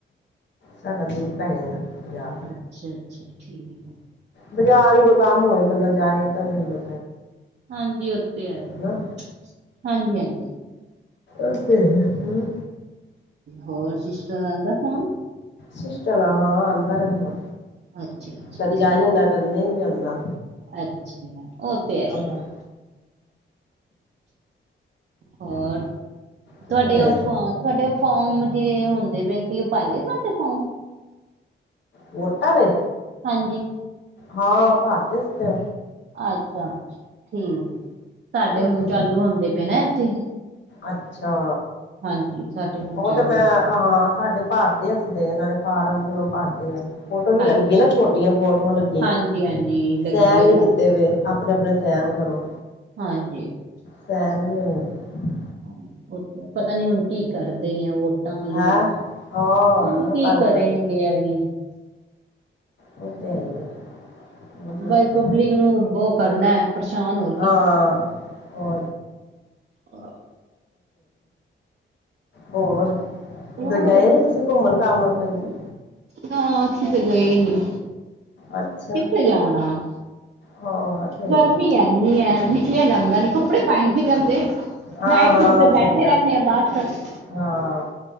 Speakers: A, on the left; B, on the right.
A: ਸਾਡਾ
B: ਅੱ
A: ਦੂਰ ਪੈ ਜਾਂਦਾ ਬਾਜ਼ਾਰ
B: ਅੱਛਾ ਅੱਛਾ, ਠੀਕ ਆ।
A: ਬਾਜ਼ਾਰ ਕੋਈ ਕੰਮ ਹੋਵੇ ਬੰਦਾ ਜਾਏ ਏਦਾਂ <unintelligible> ਜਾਂਦਾ
B: ਹਾਂਜੀ ਉੱਥੇ ਹੈਗੀ,
A: ਹਨਾ
B: ਹਾਂਜੀ ਹਾਂਜੀ,
A: ਅੱਛਾ ਹੂੰ,
B: ਹੋਰ ਸਿਸਟ ਆਂਦਾ ਫੋਨ
A: ਸਿਸਟਲਾ ਹਾਂ ਆਂਦਾ ਰਹਿੰਦਾ।
B: ਅੱਛਾ ਅੱਛਾ
A: ਕਦੀ
B: ਠੀਕ
A: ਆ ਜਾਂਦਾ ਕਦੀ ਨਹੀਂ ਵੀ ਆਂਦਾ।
B: ਅੱਛਾ ਉਹ ਤੇ ਹੈ ਹੀ
A: ਆਹ,
B: ਹੈ ਹੋਰ
A: ਕਿੱਥੇ
B: ਤੁਹਾਡੇ
A: ਗਏ ਜੇ
B: ਤੁਹਾਡੇ ਫੋਮ ਜਿਹੜੇ ਹੁੰਦੇ ਪਏ ਸੀ ਉਹ ਭਰ ਗਏ ਤੁਹਾਡੇ ਫੋਮ
A: ਵੋਟਾਂ ਦੇ
B: ਹਾਂਜੀ,
A: ਹਾਂ, ਭਰ ਤੇ ਸੀਗੇ
B: ਅੱਛਾ ਅੱਛਾ, ਠੀਕ ਸਾਡੇ
A: ਉਹ
B: ਹੁਣ
A: ਤੇ
B: ਚਾਲੂ ਹੁੰਦੇ ਪਏ ਨਾ ਇੱਥੇ
A: ਅੱਛਾ,
B: ਹਾਂਜੀ, ਸਾਡੇ ਹੁਣ
A: ਉਹ
B: ਚਾਲੂ
A: ਤੇ ਮੈਂ
B: ਹੋ
A: ਹਾਂ ਸਾਡੇ ਭਾਰਤੇ ਅਸੀਂ ਨੇ ਫਾਰਮ ਫੁਰਮ ਭਰਤੇ ਆ। ਫੋਟੋ ਵੀ ਲੱਗੀ
B: ਅੱਛਾ
A: ਨਾ ਛੋਟੀਆਂ ਫੋਟੋਆਂ ਲੱਗੀਆਂ
B: ਹਾਂਜੀ ਹਾਂਜੀ ਲੱਗੀ
A: ਸੈਨ
B: ਆ
A: ਨੀ
B: ਸਾਡੀ
A: ਕੀਤੇ ਪਏ।
B: ਵੀ।
A: ਆਪਣੇ ਆਪਣੇ ਸੈਨ ਕਰੋ।
B: ਹਾਂਜੀ,
A: ਸੈਨ ਨੀ ਹੋਏ ਪਏ
B: ਹਾਂਜੀ, ਪਤਾ ਨੀ ਹੁਣ ਕੀ ਕਰਦੇ ਨੇ ਓ <unintelligible>
A: ਹੈਂ ਹਾਂ ਬਹੁਤ
B: ਕੀ
A: ਤੰਗ
B: ਕਰੇਗੇ
A: ਕਰਦੇ
B: ਐ ਵੀ।
A: ਉਹ ਤੇ ਹੈ ਹੀ ਬਹੁਤ ਮੁਸ਼ਕਿਲ
B: ਬਾਈ ਪਬਲਿਕ ਨੂੰ ਉਹ ਕਰਨਾ ਪਰੇਸ਼ਾਨ ਹੋ।
A: ਹਾਂ ਹੋ
B: ਹਾਂ,
A: ਹੋਰ
B: ਹੋਰ
A: ਉੱਧਰ ਗਏ
B: ਬ-
A: ਨੀ ਤੁਸੀਂ। ਘੁੰਮਣ ਘਾਮਣ ਭੈਣ ਜੀ।
B: ਨਾ ਅਸੀਂ ਤੇ ਗਈ ਨੀ।
A: ਅੱਛਾ।
B: ਕਿੱਥੇ ਜਾਣਾ
A: ਹਾਂ ਉਹ ਤੇ ਹੈ
B: ਗਰਮੀ
A: ਹੀ
B: ਇਨੀ ਐ। ਨਿਕਲਿਆ ਜਾਂਦਾ ਨੀ ਕੱਪੜੇ ਪਾਏ ਨੀ ਜਾਂਦੇ।
A: ਹਾਂ
B: ਨਾਈਟ
A: ਹਾਂ
B: ਸੂਟ ਤੇ ਬੈਠੇ
A: ਸਹੀ ਗੱਲ
B: ਰਹਿੰਦੇ ਆ ਬਸ।
A: ਹਾਂ।